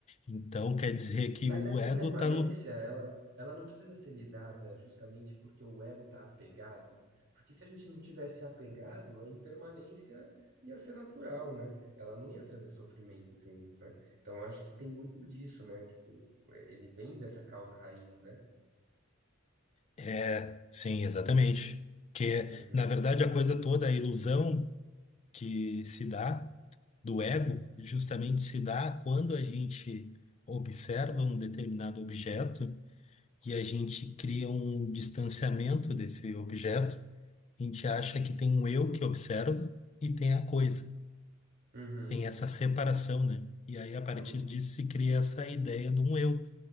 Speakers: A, on the left (about 30°); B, on the right (about 60°).
A: Então, quer dizer que
B: Mas
A: o
B: essa
A: ego
B: impermanência,
A: está lu...
B: ela, ela não precisa ser lidada justamente porque o ego está apegado. Porque se a gente não tivesse apegado, a impermanência ia ser natural, né? Ela não ia trazer sofrimento junto, né? Então eu acho que tem muito disso, né? Tipo, é, ele vem dessa causa raiz, né?
A: É, sim, exatamente. Que,
B: Uhum.
A: na verdade, a coisa toda, a ilusão que se dá do ego, justamente se dá quando a gente observa um determinado objeto e a gente cria um distanciamento desse objeto. A gente acha que tem um eu que observa e tem a coisa.
B: Uhum.
A: tem essa separação, né? E aí, a partir
B: Putz.
A: disso, se cria essa ideia de um eu,